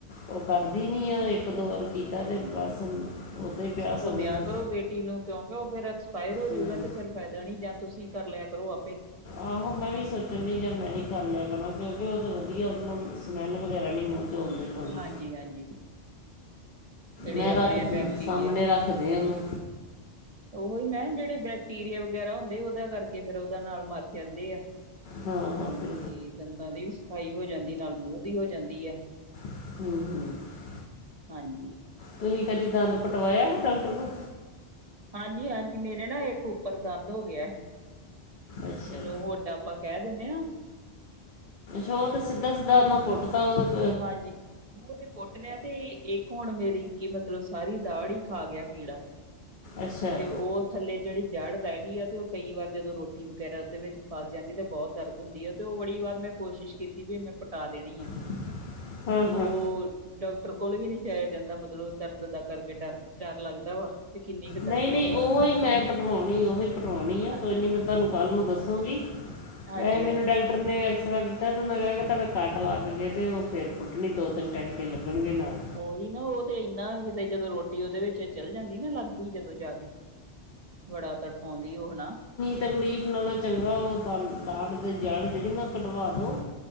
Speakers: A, on the left; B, on the right.
A: ਉਹ ਕਰਦੀ ਨੀ ਏ ਇੱਕ- ਦੋ ਵਾਰ ਕੀਤਾ ਤੇ ਬਸ ਹੀ ਪਿਆ
B: ਸਗੋਂ ਦਿਆ
A: ਮੈਂ
B: ਕਰੋ ਗੇ? ਤੀ ਨੂੰ ਕਿਉਂਕਿ ਉਹ ਫਿਰ ਐਕਸਪਾਇਰ ਹੋਜੂਗਾ
A: ਹਮ,
B: ਤੇ ਫਿਰ ਫਾਇਦਾ ਨੀ ਜਾਂ ਤੁਸੀਂ ਕਰ ਲਿਆ ਕਰੋ ਆਪੇ।
A: ਆਹੋ ਮੈਂ ਵੀ ਸੋਚਣ ਡੀਆ ਮੈਂ ਹੀ ਕਰ ਲਿਆ ਕਰਨਾ ਕਿਉਂਕਿ ਉਹ ਤਾਂ ਵਧੀਆ ਏਦੇ ਨਾਲੋ ਦੱਸ ਸਮੈੱਲ ਵਗੈਰਾ ਨੀ ਮੂੰਹ ਚੋ ਆਉਂਦੀ। ਆਉਂਦੀ
B: ਹਾਂਜੀ ਹਾਂਜੀ। ਜਿਹੜੇ
A: ਮੈਂ
B: ਆਪਣੇ
A: ਰੱਖਦੀ
B: ਬੈਕਟੀਰੀਆ
A: ਸਾਹਮਣੇ ਰੱਖਦੇ ਉਹਨੂੰ
B: ਉਹੀ ਮੈਂਮ ਜਿਹੜੇ ਬੈਕਟੀਰੀਆ ਵਗੈਰਾ ਹੁੰਦੇ ਉਹਦਾ ਕਰਕੇ ਫਿਰ ਉਹਦਾ ਨਾਲ ਮਰ ਜਾਂਦੇ ਆ।
A: ਹਾਂ ਹਾਂ, ਬਿਲ
B: ਤੇ ਦੰਦਾਂ ਦੀ ਵੀ ਸਫ਼ਾਈ ਹੋ ਜਾਂਦੀ ਨਾਲ ਮੂੰਹ ਦੀ ਹੋ ਜਾਂਦੀ ਐ।
A: ਹੂੰ
B: ਹਾਂਜੀ।
A: ਤੁਸੀਂ ਕਦੇ ਦੰਦ ਪਟਵਾਇਆ ਡਾਕਟਰ ਤੋਂ?
B: ਹਾਂਜੀ ਹਾਂਜੀ ਮੇਰੇ ਨਾ ਇੱਕ ਉੱਪਰ ਦੰਦ ਹੋ ਗਿਆ ਸੀ,
A: ਅੱਛਾ
B: ਜਿਹਨੂੰ ਉਹ ਵੱਡਾ ਆਪਾਂ ਕਹਿ ਦੇਨੇ ਆ
A: ਜੋਤ ਸਿੱਧਾ- ਸਿੱਧਾ ਉਹਨਾ ਪੁਟਤਾ ਏ।
B: ਹਾਂਜੀ, ਉਹ ਤੇ ਪੁੱਟ ਲਿਆ ਤੇ ਇੱਕ ਹੁਣ ਮੇਰੀ ਕੀ ਮਤਲਬ ਸਾਰੀ ਦਾੜ ਹੀ ਖਾ ਗਿਆ ਕੀੜਾ,
A: ਅੱਛਾ
B: ਤੇ ਉਹ ਥੱਲੇ ਜਿਹੜੀ ਜੜ੍ਹ ਰਹਿ ਗਈ ਆ ਤੇ ਉਹ ਕਈ ਵਾਰ ਜਦੋਂ ਰੋਟੀ ਵਗੈਰਾ ਦੇ ਵਿੱਚ ਫਸ ਜਾਂਦੀ ਤੇ ਬੋਤ ਦਰਦ ਹੁੰਦੀ ਐ। ਤੇ ਉਹ ਬੜੀ ਵਾਰ ਮੈਂ ਕੋਸ਼ਿਸ਼ ਕੀਤੀ ਵੀ ਮੈਂ ਪਟਾ ਦੇਣੀ ਐ।
A: <inaudible>
B: ਹੋਰ
A: ਹਾਂ
B: ਡਾਕਟਰ ਕੋਲ ਵੀ ਨੀ ਜਾਇਆ ਜਾਂਦਾ ਮਤਲਬ ਦਰਦ ਦਾ ਕਰਕੇ ਡਰ -ਡਰ ਲੱਗਦਾ, ਵੀ ਕਿੰਨੀ ਕੁ
A: ਨਈ
B: ਦਰਦ
A: -ਨਈ
B: ਹੋਊਗੀ
A: ਉਹੀ ਮੈਂ ਪਟਵਾਉਣੀ ਐ, ਉਹੀ ਪਟਵਾਉਣੀ ਆ
B: ਹਾਂ
A: ਕੋਈ ਨਹੀਂ ਮੈਂ ਤੁਹਾਨੂੰ
B: ਉਹ
A: ਕੱਲ੍ਹ ਨੂੰ ਦੱਸੂੰਗੀ।
B: ਹਾਂਜੀ
A: ਵੈਸੇ ਮੈਨੂੰ
B: ਹਾਂਜੀ
A: ਡਲ ਡਾਕਟਰ ਨੇ ਐਕਸਰਾ ਕੀਤਾ ਸੀ ਤੇ ਉਹਨਾਂ ਕਿਹਾ ਕਿ ਤੁਹਾਡਾ ਕੱਟ ਲੱਗ ਗਏ ਤੇ ਉਹ ਫਿਰ ਪੁੱਟਣੀ ਦੋ -ਤਿੰਨ ਟੈਂਕੇ ਲੱਗਣਗੇ ਨਾਲ।
B: ਉਹੀ ਨਾ ਉਹ ਤੇ ਇੰਨਾ ਕਿਤੇ ਜਦੋਂ ਰੋਟੀ ਉਹਦੇ ਵਿੱਚ ਚੱਲ ਜਾਂਦੀ ਨਾ ਲੱਗਦੀ ਜਦੋਂ ਜਾ ਕੇ ਬੜਾ ਤੜਫਾਉਂਦੀ ਉਹ ਹਨਾ।
A: ਤਕਲੀਫ਼ ਨਾਲੋ ਚੰਗਾ ਉਹ ਦੰਦ ਦਾੜ ਦੀ ਜੜ ਜਿਹੜੀ ਨਾ ਕਢਵਾ ਦੋ।